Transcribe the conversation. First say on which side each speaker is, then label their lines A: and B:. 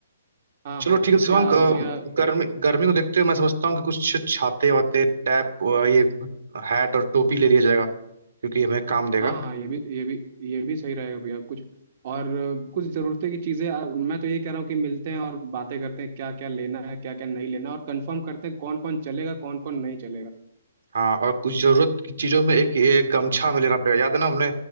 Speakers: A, on the right; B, on the right.
A: हाँ
B: चलो
A: हाँ,
B: ठीक
A: तो
B: है शिवांक
A: क्या
B: अ,
A: भैया
B: गर्मी गर्मी को देखते हुए मैं समझता हूँ कि कुछ छाते वाते टैप अ, ये हैट और टोपी ले लिया जाएगा क्योंकि हमें काम देगा
A: हाँ हाँ ये भी ये भी ये भी सही रहेगा भैया कुछ और अ, कुछ ज़रूरतें की चीज़ें अ, मैं तो ये कह रहा हूँ कि मिलते हैं और बातें करते हैं क्या क्या लेना है क्या क्या नहीं लेना और कंफर्म करते हैं कौन कौन चलेगा कौन कौन नहीं चलेगा
B: हाँ और कुछ जरूरत की चीजों में एक, एक गमछा में लेना पड़ेगा याद है ना हमने